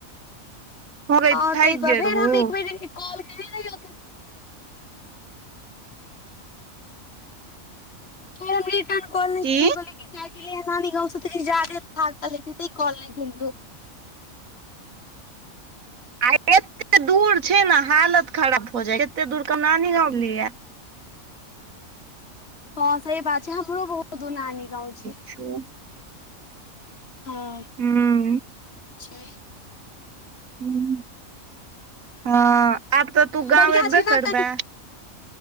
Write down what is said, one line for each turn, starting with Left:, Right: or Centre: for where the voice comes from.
Right: हो गई
Left: हँ
Right: थाकि
Left: तय दुआ
Right: गेल
Left: फेर
Right: रहू
Left: हम एक बेरिन कॉल केने रहियौ की फेर हम रिटर्न कॉल नै
Right: की
Left: केलियउ <unintelligible> आय गेलय नानी गाँं से त जादे थाकले ते कलनलु
Right: आ एत्ते दूर छै न हालत खराब हो जाय छै एत्ते दूर क नानी गाँव भेलइयै
Left: हँ से बात छै हमरो बहुत दूर नानी गाँव छी
Right: चोन
Left: हं
Right: हूँ
Left: <unintelligible>
Right: हं हँ आब तऽ तू गाँव
Left: बढ़िया
Right: एबे
Left: छै ने
Right: करबै
Left: कनि